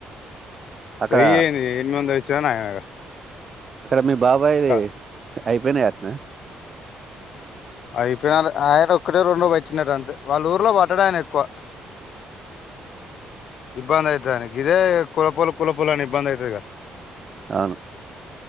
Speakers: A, on the right; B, on the left.
A: అక్కడ
B: వేయి ఏంది ఎనిమిది వందలు ఇచ్చిన నయమే
A: అక్కడ మీ బాబాయిది
B: క
A: అయిపోయినయి అట్నా
B: అయిపోయినాల ఆయన ఒక్కటే రెండో వట్టినరు అంతే వాళ్ళ ఊర్లో వట్టడు ఆయన ఎక్కువ ఇబ్బంది అయితది ఆయనకి ఇదే కులపోలు కులపోలు అని ఇబ్బంది అయితది కదా
A: అవును